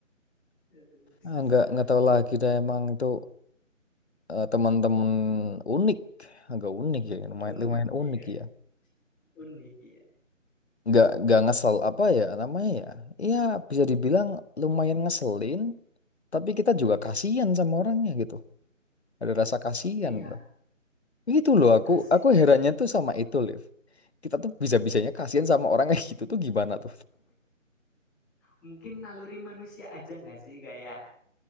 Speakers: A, in the centre; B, on the left (about 55°).
A: Aduh, susah.
B: Ah, enggak, enggak tahu lagi dah emang itu eh, teman-teman unik. Agak unik ya, lumayan,
A: Unik
B: lumayan
A: ya,
B: unik ya.
A: unik ya.
B: nggak nggak ngesel apa ya namanya ya ya bisa dibilang lumayan ngeselin tapi kita juga
A: Mhm.
B: kasihan sama orangnya gitu ada rasa kasihan
A: Iya,
B: loh itu loh aku
A: kasihan.
B: aku herannya tuh sama itu Liv kita tuh bisa-bisanya kasihan sama orang <laughs> kayak gitu tuh gimana tuh
A: Mungkin naluri manusia aja nggak sih kayak,